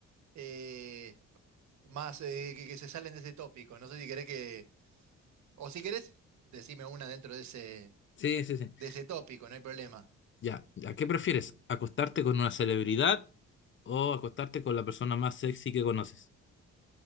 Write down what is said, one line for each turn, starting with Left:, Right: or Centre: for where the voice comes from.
Right: eh, más eh, que, que se salen de ese tópico. No sé si querés que, o si querés, decime una dentro de ese,
Left: Sí, sí, sí.
Right: de ese tópico, no hay problema.
Left: Ya, ¿a qué prefieres? ¿Acostarte con una celebridad o acostarte con la persona más sexy que conoces?